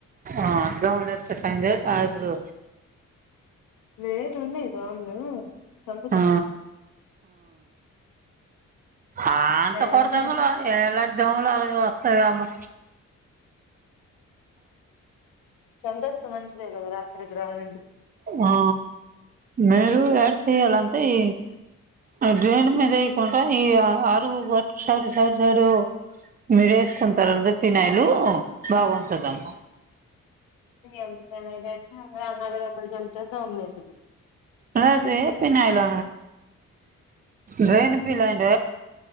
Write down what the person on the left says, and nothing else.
వేరే రూములివి దోమలు చంపుతున్న
లేదంటే
చంపేస్తే మంచిదే కదా రాత్రికి రాలడి
ఎంత పని చేసినా అంద అన్నాడు <unintelligible>